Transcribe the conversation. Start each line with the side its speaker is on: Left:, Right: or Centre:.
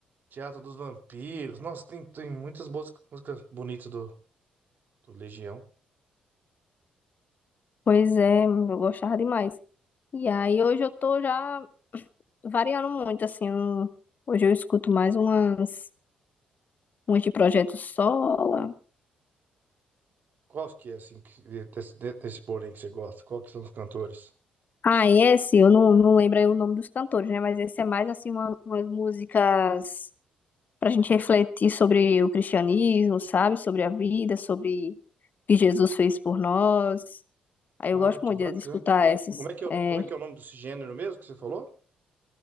Right: Teatro dos Vampiros. Nossa, tem, tem muitas boas músicas bonitas do, do Legião.
Left: Pois é, eu gostava demais. E aí, hoje eu tô já variando muito, assim. um- Hoje eu escuto mais umas, umas de Projeto Sola.
Right: Qual que é, assim, que- desse, de- desse porém que você gosta? Qual que são os cantores?
Left: Ah, e esse, eu não, não lembro aí o nome dos cantores, né? Mas esse é mais, assim, uma- umas músicas pra gente refletir sobre o cristianismo, sabe? Sobre a vida, sobre o que Jesus fez por nós. Aí
Right: Ah,
Left: eu gosto
Right: que
Left: muito
Right: bacana.
Left: de, de escutar essas.
Right: Como é que é, o-
Left: É,
Right: como é que é o nome desse gênero mesmo que você falou?